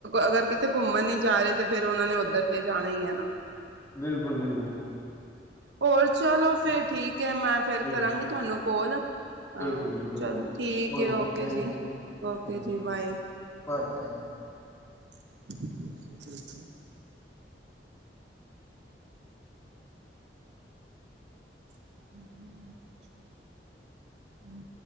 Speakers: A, on the right; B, on the left.
A: ਅਗਰ ਕਿਤੇ ਘੁੰਮਣ ਨੀ ਜਾ ਰਹੇ ਤੇ ਫਿਰ ਉਹਨਾ ਨੇ ਉੱਧਰ ਤੇ ਜਾਣਾ ਹੀ ਐ ਨਾ।
B: ਬਿਲਕੁਲ-ਬਿਲਕੁਲ।
A: ਹੋਰ ਚਲੋ ਫਿਰ ਠੀਕ ਐ ਮੈਂ ਫਿਰ
B: ਜੀ
A: ਕਰਾਂਗੀ ਤੁਹਾਨੂੰ ਕੋਲ। ਅ
B: ਬਿਲਕੁਲ, ਬਿਲਕੁਲ,
A: ਚਲੋ
B: ਬਿਲਕੁਲ।
A: ਠੀਕ ਹੈ ਓਕੇ
B: thank
A: ਜੀ
B: you
A: okay
B: thank you ਜੀ।
A: ਬਾਏ
B: ਹਾਂਜੀ-ਹਾਂਜੀ।
A: <inaudible> ਹਮ-ਹਮ ਹਮ।